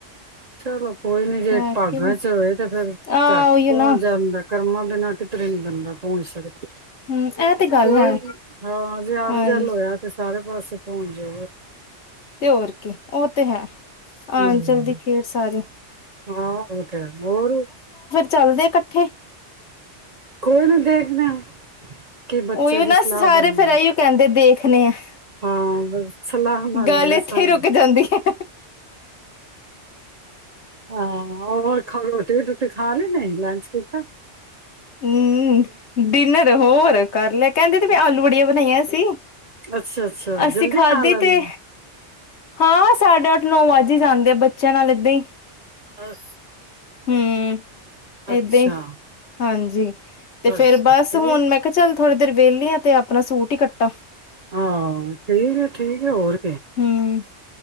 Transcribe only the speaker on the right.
ਚਲੋ ਕੋਈ ਨੀ ਜੇ
ਭਾਗਾਂ
ਚ ਹੋਏ, ਤੇ ਫੇਰ
ਝੱਟ
ਜਾਂਦਾ, ਕਰਮਾ ਦੇ ਨਾ ਕਿਧਰੇ ਨੀ ਬੰਦਾ ਪਹੁੰਚ ਸਕਦ
ਕੋਈ
ਨੀ। ਹਾਂ ਜੇ ਅੰਨ
ਜਲ ਹੋਇਆ ਤੇ ਸਾਰੇ ਬਸ ਪਹੁੰਚ ਜਾ
ਹਮ
ਹਾਂ ਉਹ ਤੇ ਹੋਰ
ਕੋਈ ਨੂੰ ਦੇਖਦੇ ਕਿ ਬੱਚੇ
ਦੀ
ਸਲਾਹ
ਬਣਦੀ
ਹਾਂ ਬਸ ਸਲਾਹ ਨਾਲ
ਹੀ ਹੈ
ਸਬ,
ਹਾਂ ਖਾਓ ਰੋਟੀ ਰੂਟੀ। ਤੂਈ ਖਾ ਲੇ ਨੇ ਲੰਚ ਫਿਰ ਤਾਂ।
ਅੱਛਾ ਅੱਛਾ
ਜਲਦੀ
ਖਾ ਲੈਂਦੇ
ਅੱਸ,
ਅੱਛਾ।
ਅੱਛਾ
ਠੀਕ
ਹਾਂ ਠੀਕ ਹੈ ਠੀਕ ਹੈ ਹੋਰ